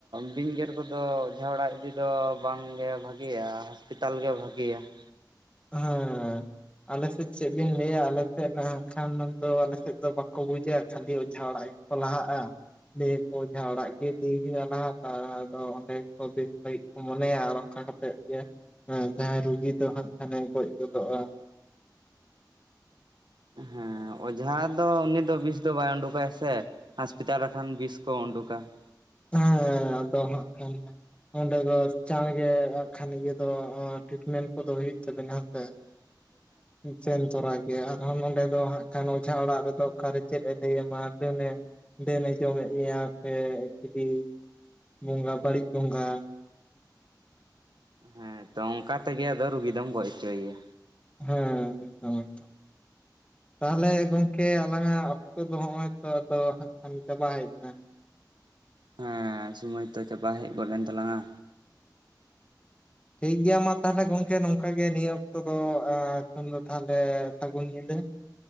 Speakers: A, on the right; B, on the left.
A: ᱵᱤᱧ ᱜᱮᱨ ᱠᱚᱫᱚ, ᱚᱡᱷᱟ ᱚᱲᱟᱜ ᱤᱫᱤ ᱫᱚ ᱵᱟᱝ ᱜᱮ, ᱵᱷᱟᱜᱮ ᱭᱟ ᱾ ᱯᱤᱛᱟᱞ ᱜᱮ ᱵᱷᱟᱹᱜᱮ ᱭᱟ ᱾
B: ᱦᱟᱸᱻ, ᱟᱞᱮ ᱥᱮᱫ ᱪᱮᱫ ᱵᱤᱱ ᱞᱟᱹᱭᱟ, ᱟᱞᱮ ᱥᱮᱫ ᱦᱟᱸᱜ <unintelligible> ᱪᱮᱫ ᱫᱚ ᱵᱟᱠᱚ ᱵᱩᱡᱟᱹ, ᱠᱷᱟᱹᱞᱤ ᱚᱡᱷᱟ ᱚᱲᱟᱜ ᱜᱮᱠᱚ ᱞᱟᱦᱟᱜᱼᱟ ᱾ ᱞᱟᱹᱭ ᱟᱠᱚ, ᱚᱡᱷᱟ ᱚᱲᱟᱜ ᱜᱮ ᱤᱫᱤ ᱭᱮ ᱦᱳᱭᱳᱜᱼᱟ ᱾ ᱞᱟᱦᱟ ᱫᱚ ᱚᱸᱰᱮ ᱠᱚ ᱵᱮᱥ ᱢᱚᱱᱮ‌ᱭᱟ, ᱟᱨ ᱚᱱᱠᱟ ᱠᱟᱛᱮᱫ ᱜᱮ ᱡᱟᱸᱦᱟᱭ ᱨᱩᱜᱤ ᱫᱚ ᱦᱟᱸᱜ, ᱠᱷᱟᱱᱮ ᱜᱚᱡ ᱜᱚᱫᱚᱜᱼᱟ ᱾
A: ᱦᱮᱸᱻ, ᱚᱡᱷᱟ ᱫᱚ ᱩᱱᱤ ᱫᱚ ᱵᱤᱥ ᱫᱚ ᱵᱟᱭ ᱳᱰᱳᱠ ᱟᱭ ᱥᱮ? ᱦᱟᱸᱥᱯᱤᱛᱟᱞ ᱨᱮ ᱠᱷᱟᱱ ᱵᱤᱥ ᱠᱚ ᱳᱰᱳ ᱠᱟ ᱾
B: ᱦᱮᱸ, ᱟᱫᱚ ᱦᱟᱸᱜ ᱠᱷᱟᱱ, ᱦᱟᱸᱜ ᱾ ᱚᱸᱰᱮ ᱫᱚ ᱪᱟᱲ ᱜᱮ ᱦᱟᱸᱜ ᱠᱷᱟᱱ ᱤᱭᱟᱹ ᱫᱚ ᱴᱤᱴ ᱢᱮᱱᱴ ᱠᱚᱫᱚ ᱦᱩᱭᱩᱜ ᱛᱟᱵᱤᱱᱟ ᱦᱮᱸᱥᱮ
A: <inaudible>
B: ᱪᱮᱱ ᱪᱟᱨᱟᱭ ᱜᱮᱭᱟ ᱟᱨᱦᱚᱸ ᱱᱚᱰᱮ ᱫᱚ ᱦᱟᱸᱜ ᱠᱷᱟᱱ ᱚᱡᱷᱟ ᱚᱲᱟᱜ ᱨᱮᱫᱚ ᱚᱠᱟᱨᱮ ᱪᱮᱫ ᱮ ᱞᱟᱹᱭ ᱟᱢᱟ ᱟ. ᱜᱩᱭ ᱢᱮ ᱰᱟᱹᱱ ᱮ ᱡᱚᱢᱮᱜ ᱢᱮᱭᱟ ᱥᱮ ᱪᱤᱞᱤ ᱵᱚᱸᱜᱟ ᱵᱟᱹᱲᱤᱡ ᱵᱚᱸᱜᱟ
A: ᱦᱮᱸ ᱛᱚ ᱚᱱᱠᱟ ᱛᱮᱜᱮ ᱟᱫᱚ ᱨᱩᱜᱤ ᱫᱚᱢ ᱜᱚᱡ ᱦᱚᱪᱚᱭᱟ
B: ᱦᱮᱸ ᱮᱠᱫᱚᱢ ᱮᱠᱫᱚᱢ ᱛᱟᱦᱞᱮ ᱜᱚᱝᱠᱮ ᱟᱞᱟᱝ ᱟᱜ ᱚᱠᱛᱚ ᱫᱚ ᱦᱚᱸᱜᱼᱚᱭ ᱛᱚ ᱟᱫᱚ ᱦᱟᱸᱜ ᱠᱷᱟᱱ ᱪᱟᱵᱟ ᱦᱮᱡ ᱱᱟ
A: ᱦᱮᱸ ᱥᱳᱢᱳᱭ ᱛᱚ ᱪᱟᱵᱟ ᱦᱮᱡ ᱜᱚᱫ ᱮᱱ ᱛᱟᱞᱟᱝᱼᱟ
B: ᱴᱷᱤᱠ ᱜᱮᱭᱟ ᱢᱟ ᱛᱟᱦᱞᱮ ᱜᱚᱝᱠᱮ ᱱᱚᱝᱠᱟ ᱜᱮ ᱱᱤᱭᱟᱹ ᱚᱠᱛᱚ ᱫᱚ ᱮ ᱮᱠᱷᱚᱱ ᱫᱚ ᱛᱟᱦᱞᱮ ᱥᱟᱹᱜᱩᱱ ᱧᱤᱫᱟᱹ